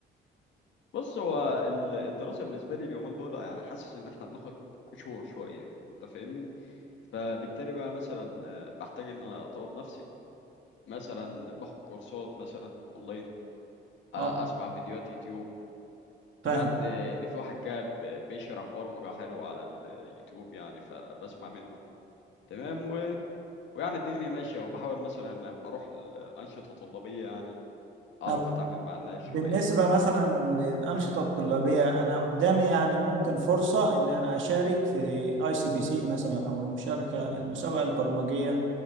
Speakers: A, on the left; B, on the right.
A: بص هو ال- الدراسه بالنسبه لي اليومين دول يعني حاسس ان احنا بناخد كشور شويه انت فاهمني فبالتالي بقى مثلا آه، بحتاج ان أنا اطور نفسي مثلا باخد كورسات مثلا اونلاين آه،
B: اه
A: اسمع فيديوهات يوتيوب
B: فاهم
A: سمعت آه، ان في واحد كده ب- بيشرح برمجة حلو على اليوتيوب يعني فبسمع منه تمام و... ويعني الدنيا ماشية وبحاول مثلا أبقى اروح الأنشطة الطلابية يعني اعرف
B: طب
A: اتعامل مع الناس
B: بالنسبة
A: شوية
B: مثلا للأنشطة الطلابية أنا قدامي يعني ممكن فرصة إن أنا أشارك في أي سي بي سي مثلا أو المشاركة المسابقة البرمجية